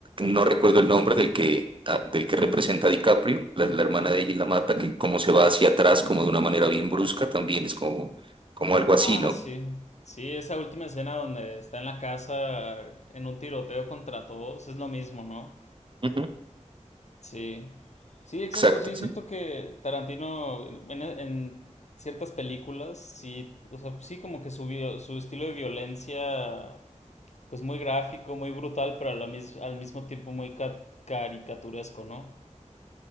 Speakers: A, on the right; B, on the left.
A: no recuerdo el nombre del que, a- del que representa a DiCaprio, la, la hermana de ella y la mata, que como se va hacia atrás, como de una manera bien brusca, también es como, como algo
B: Ah,
A: así, ¿no?
B: sí. Sí, esa última escena donde está en la casa en un tiroteo contra todos, es lo mismo, ¿no?
A: Ujú.
B: Sí, sí, exacto,
A: Exacto.
B: sí,
A: exacto.
B: siento que Tarantino en, en ciertas películas, sí, o sea, sí como que su, vio- su estilo de violencia, pues muy gráfico, muy brutal, pero a la mis- al mismo tiempo muy ca- caricaturesco, ¿no?